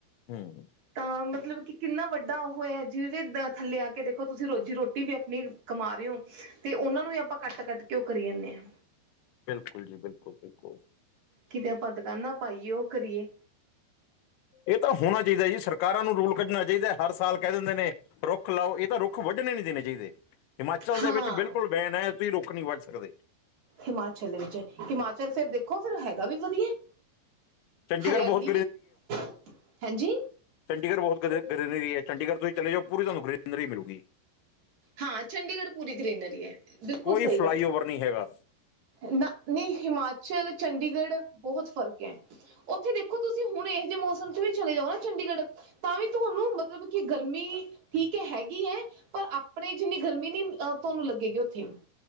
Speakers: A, on the left; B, on the right.
A: ਹੂੰ।
B: ਤਾਂ, ਮਤਲਬ ਕਿ, ਕਿੰਨਾ ਵੱਡਾ ਉਹ। ਹੋਇਆ ਜਿਦੇ ਥੱਲੇ ਆ ਕੇ ਦੇਖੋ, ਤੁਸੀਂ ਰੋਜ਼ੀ-ਰੋਟੀ ਵੀ ਆਪਣੀ ਕਮਾ ਰਹੇ ਓ ਤੇ ਉਨਾਂ ਨੂੰ ਵੀ ਆਪਾਂ ਕੱਟ-ਕੱਟ। ਕਿਉਂ ਕਰੀ ਜਾਨੇ ਆਂ?
A: ਬਿਲਕੁਲ ਜੀ, ਬਿਲਕੁਲ, ਬਿਲਕੁਲ।
B: ਕਿਤੇ ਆਪਾਂ ਦੁਕਾਨਾਂ ਪਾਈਏ, ਉਹ ਕਰੀਏ।
A: ਇਹ ਤਾਂ ਹੋਣਾ ਚਾਹੀਦਾ ਏ ਜੀ, ਸਰਕਾਰਾਂ ਨੂੰ ਰੂਲ ਕੱਢਣਾ ਚਾਈਦੈ, ਹਰ ਸਾਲ ਕਹਿ ਦਿੰਦੇ ਨੇ ਰੁੱਖ ਰੁੱਖ ਲਾਓ, ਇਹ ਤਾਂ ਰੁੱਖ ਵੱਢਣੇ ਨੀ ਦੇਣੇ ਚਾਈਦੇ ਹਿਮਾਚਲ
B: ਹਾਂ
A: ਦੇ ਵਿੱਚ ਬਿਲਕੁਲ ਬੈਨ ਐ, ਤੁਸੀਂ ਰੁੱਖ ਨੀ ਵੱਢ ਸਕਦੇ।
B: ਹਿਮਾਚਲ ਦੇ ਵਿੱਚ, ਹਿਮਾਚਲ ਫੇਰ ਦੇਖੋ ਫੇਰ ਹੈਗਾ ਵੀ ਵਧੀਐ।
A: ਚੰਡੀਗੜ੍ਹ
B: ਹਰਿਆਲੀ
A: ਬਹੁਤ
B: ਵੀ <inaudible> ਹੈਂ ਜੀ।
A: ਚੰਡੀਗੜ ਬਹੁਤ <unintelligible> ਗ੍ਰਿਲਰੀ, ਚੰਡੀਗੜ ਤੁਸੀਂ ਚਲੇ ਜਾਓ ਪੂਰੀ ਤੁਹਾਨੂੰ <unintelligible> ਗ੍ਰਿਨਰੀ ਮਿਲੂਗੀ।
B: ਹਾਂ, ਚੰਡੀਗੜ੍ਹ ਪੂਰੀ ਗਰੀਨਰੀ ਹੈ, ਬਿਲਕੁਲ
A: ਕੋਈ
B: ਸਹੀ
A: ਫਲਾਈਓਵਰ
B: ਗੱਲ।
A: ਨਹੀਂ ਹੈਗਾ
B: ਨਾ, ਨਹੀਂ ਹਿਮਾਚਲ, ਚੰਡੀਗੜ੍ਹ ਬਹੁਤ ਫ਼ਰਕ ਐ। ਉੱਥੇ ਦੇਖੋ ਤੁਸੀਂ, ਹੁਣ ਇਹੋ ਜਿਹੇ ਮੌਸਮ ਚ ਵੀ ਚਲੇ ਜਾਓ ਨਾ ਚੰਡੀਗੜ੍ਹ। ਤਾਂ ਵੀ ਤੁਹਾਨੂੰ ਮਤਲਬ, ਕਿ ਗਰਮੀ, ਠੀਕ ਏ, ਹੈਗੀ ਹੈ ਪਰ। ਆਪਣੇ ਜਿੰਨੀ ਗਰਮੀ ਨੀ, ਆ ਤੁਆਨੂੰ ਲੱਗੇਗੀ। ਉੱਥੇ।